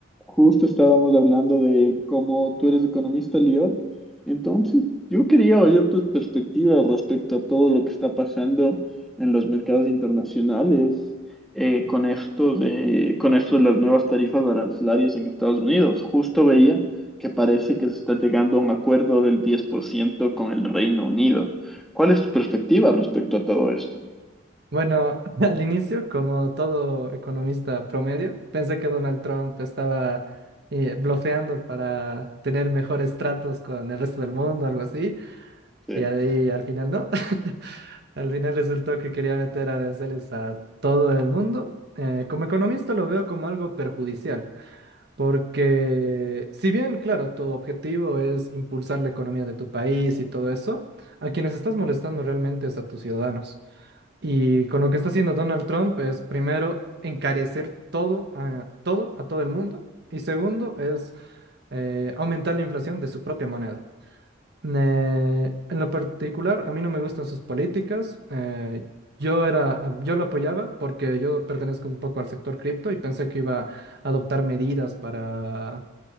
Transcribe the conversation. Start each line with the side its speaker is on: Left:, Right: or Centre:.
Centre: Justo estábamos hablando de cómo tú eres economista, Lior. Entonces, yo quería oír tus perspectivas respecto a todo lo que está pasando en los mercados internacionales eh, con esto de, con esto de las nuevas tarifas arancelarias en Estados Unidos. Justo veía que parece que se está llegando a un acuerdo del 10% con el Reino Unido. ¿Cuál es tu perspectiva respecto a todo esto?
Right: Bueno, <laughs> al inicio, como todo economista promedio, pensé que Donald Trump estaba eh, blofeando para tener mejores tratos con el resto del mundo, algo así,
Centre: Sí.
Right: y ahí al final no. <laughs> Al final resultó que quería meter aranceles a todo el mundo. Eh, como economista lo veo como algo perjudicial, porque si bien, claro, tu objetivo es impulsar la economía de tu país y todo eso, a quienes estás molestando realmente es a tus ciudadanos. Y con lo que está haciendo Donald Trump es primero encarecer todo a todo, a todo el mundo. Y segundo es eh, aumentar la inflación de su propia moneda. Ne- en lo particular, a mí no me gustan sus políticas. eh, yo era, ah, yo lo apoyaba porque yo pertenezco un poco al sector cripto y pensé que iba a adoptar medidas para